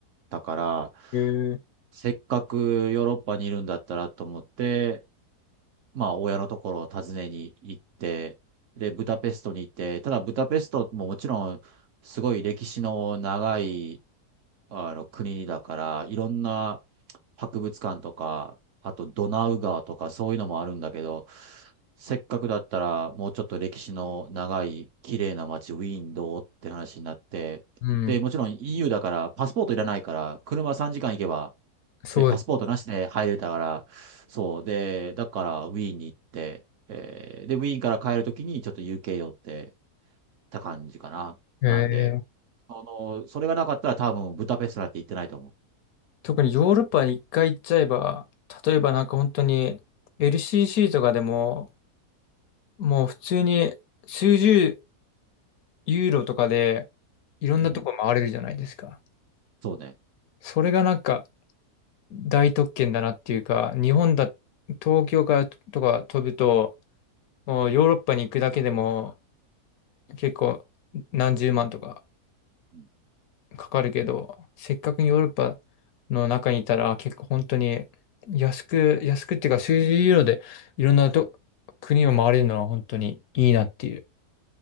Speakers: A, on the right (about 60°); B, on the left (about 70°).
A: たから、
B: へえ
A: せっかくヨーロッパにいるんだったらと思って、まあ、親のところを訪ねに行って、で、ブダペストに行って、ただブダペストももちろん、すごい歴史の長い、あの、国だから、いろんな博物館とか、あとドナウ川とかそういうのもあるんだけど、せっかくだったら、もうちょっと歴史の長い、綺麗な街、ウィーンどうって話になって、
B: うん、
A: で、もちろん EU だから、パスポートいらないから、車3時間行けば、
B: そうで
A: で、パスポートなしで入れたから、そう。で、だからウィーンに行って、えーで、ウィーンから帰るときにちょっと UK 寄ってた感じかな。
B: す、
A: なんで、
B: へえ
A: その、それがなかったら多分ブダペストなんて行ってないと思
B: 特にヨーロッパに一回行っちゃえば、例えばなんか本当に LCC とかでも、もう普通に数十ユーロとかでいろんなとこ回れるじゃないですか。
A: う。うん。そうね。
B: それがなんか大特権だなっていうか、日本だ、東京からとか飛ぶと、もうヨーロッパに行くだけでも結構何十万とか
A: うん
B: かかるけど、せっかくヨーロッパの中にいたら結構本当に安く、安くっていうか数十ユーロでいろんなと国を回れるのは本当にいいなっていう。